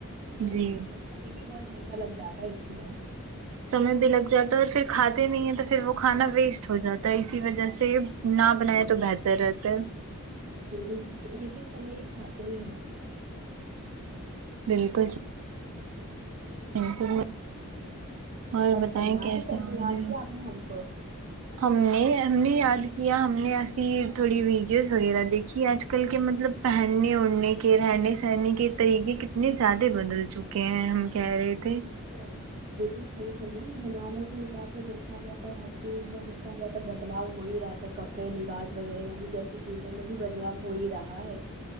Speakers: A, on the right (about 35°); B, on the right (about 65°).
A: بالکل
B: جی
A: اور سمے بھی بہت زیادہ لگ جاتا ہے اس میں
B: سمے بھی لگ جاتا ہے اور پھر کھاتے نہیں ہیں تو پھر وہ کھانا ویسٹ ہو جاتا ہے اسی وجہ سے نہ بنائے تو بہتر رہتا ہے
A: بالکل <unintelligible> سمے ہی کھاتے ہی ہیں
B: بالکل <unintelligible> اور بتائیں
A: فرمائیں
B: کیسا
A: کیسے
B: ہو
A: یاد
B: رہا
A: کیا آپ نے ہم کو
B: ہم نے ہم نے یاد کیا ہم نے ایسی تھوڑی ویڈیوز وغیرہ دیکھی آج کل کے مطلب پہننے اڑھنے کے رہنے سہنے کے طریقے کتنے زیادہ بدل چک کے ہیں ہم کہہ رہے تھے
A: ہ بالکل صحیح سمے نہیں زمانے کے حساب سے دیکھا جائے تو ہر چیز میں دیکھا جائے تو بدلاؤ ہو ہی رہا تھا تو اپنے رواج وغیرہ میں بھی جیسی چیزیں میں بھی بدلاؤ ہو ہی رہا ہے